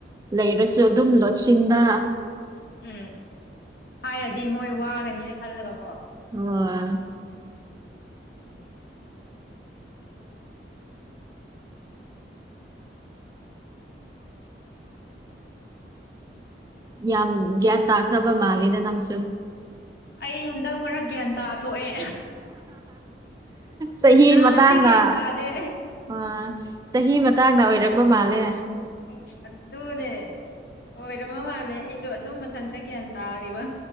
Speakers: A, on the right (about 20°); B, on the left (about 60°).
A: ꯂꯩꯔꯁꯨ ꯑꯗꯨꯝ ꯂꯣꯠꯁꯤꯟꯕ
B: ꯎꯝ ꯍꯥꯏꯔꯗꯤ ꯃꯣꯏ ꯋꯥꯒꯅꯦꯅ ꯈꯜꯂꯒꯀꯣ
A: ꯑꯣ ꯌꯥꯝ ꯒ꯭ꯌꯥꯟ ꯇꯥꯈ꯭ꯔꯕ ꯃꯥꯜꯂꯦꯗ ꯅꯪꯁꯨ
B: ꯑꯩ ꯍꯟꯗꯛ ꯃꯔꯛ ꯒ꯭ꯌꯥꯟ ꯇꯥ ꯊꯣꯛꯑꯦ
A: ꯆꯍꯤ
B: ꯅꯍꯥꯟꯗꯤ
A: ꯃꯇꯥꯡꯅ
B: ꯒ꯭ꯌꯥꯟꯇ ꯇꯥꯗꯦ
A: ꯑ ꯆꯍꯤ ꯃꯇꯥꯡꯗ ꯑꯣꯏꯔꯛꯄ ꯃꯥꯜꯂꯦ
B: ꯎꯝ ꯑꯗꯨꯅꯦ ꯑꯣꯏꯔꯝꯃ ꯃꯥꯜꯂꯦ ꯑꯩꯁꯨ ꯑꯗꯨ ꯏꯊꯟꯇ ꯒ꯭ꯌꯥꯟꯇꯒꯤꯕ